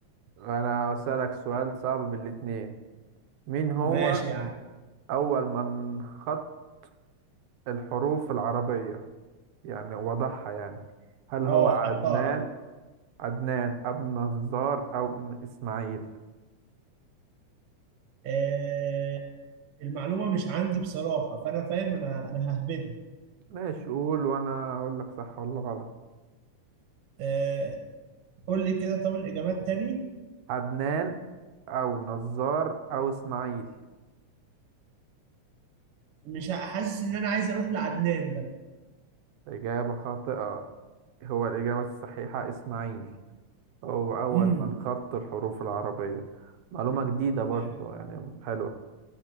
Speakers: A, on the right; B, on the right.
A: أنا هسألك سؤال صعب بالاتنين مين هو
B: ماشي يا عم
A: أول من خط الحروف العربية يعني وضحها يعني هل هو
B: اه
A: عدنان
B: حطها ايوه
A: عدنان أبو النجار أو م- إسماعيل
B: آه المعلومة مش عندي بصراحة فأنا فاهم أنا أنا ههبدها
A: ماشي قول وأنا أقول لك صح ولا غلط
B: آه قول لي كده طب الإجابات تاني
A: عدنان أو نزار أو إسماعيل
B: مش ه- حاسس إن أنا عايز أروح لعدنان ده
A: إجابة خاطئة هو الإجابة الصحيحة إسماعيل هو أول
B: امم
A: من خط الحروف العربية معلومة جديدة
B: ماشي
A: برضو يعني حلوة